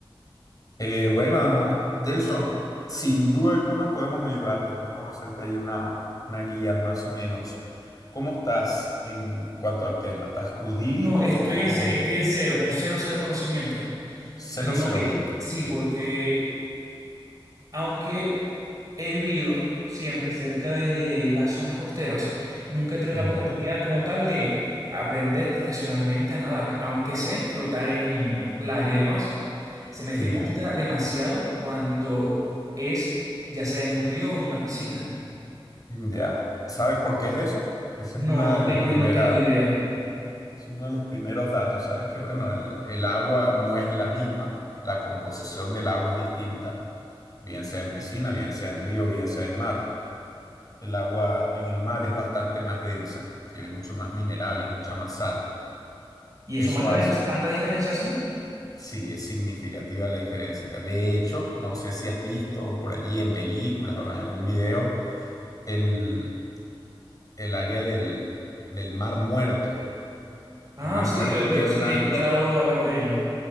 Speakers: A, on the left; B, on the right.
A: Eh, bueno, Jason, sin duda alguna podemos ayudarte, podemos hacerte ahí una, una guía más o menos. ¿Cómo estás en cuanto al tema? ¿Estás crudito
B: No, estoy
A: o
B: en, ce- estoy en cero, con cero, cero conocimiento,
A: cero
B: sino
A: cero
B: que
A: mil?
B: sí, porque aunque He vivido siempre cerca de las zonas costeras. Nunca he tenido
A: Ya,
B: la oportunidad como tal de aprender profesionalmente a nadar, aunque sé flotar en playa y demás. Se me dificulta
A: ya,
B: demasiado cuando es ya sea en un río o en una piscina.
A: ya. ¿Sabes por qué es eso? Esa
B: No,
A: es una
B: no
A: de
B: tengo,
A: las primeras,
B: no tengo idea.
A: es uno de los primeros datos. Sabes que, bueno, el, el agua no es la misma, la composición del agua es distinta, bien sea en piscina, bien sea en río, bien sea en mar. El agua en el mar es bastante más densa, tiene mucho más minerales, mucha más sal.
B: ¿Y
A: Eso
B: eso marca
A: hace,
B: dem- tanta diferencia así?
A: sí, es significativa la diferencia. De hecho, no sé si has visto por allí en películas o en algún video el, el área del, del mar muerto.
B: Ah,
A: El mar
B: sí,
A: muerto
B: lo- lo-
A: tiene
B: sí,
A: unas,
B: he escuchado
A: co-
B: hablar de ello.